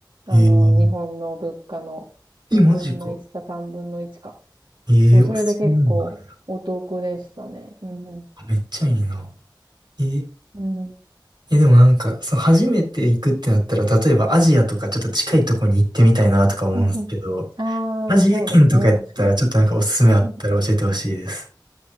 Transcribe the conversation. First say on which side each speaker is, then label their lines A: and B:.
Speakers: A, on the right; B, on the right.
A: あの、
B: えー
A: 日本の物価の2分の1か3分の1か。
B: え、マジか。ええーあ、
A: そう、それで結構お得でしたね。
B: そうなんや。
A: うんうん。
B: あめっちゃいいな。えー、
A: うんうん。
B: え、でもなんか、その初めて行くってなったら、例えばアジアとかちょっと近いとこに行ってみたいなとか思うんですけど、
A: うんうん。ああ、
B: アジア圏とかやったらちょっとなんかおすすめあったら教えてほしいです。
A: そうですね。確かに。うん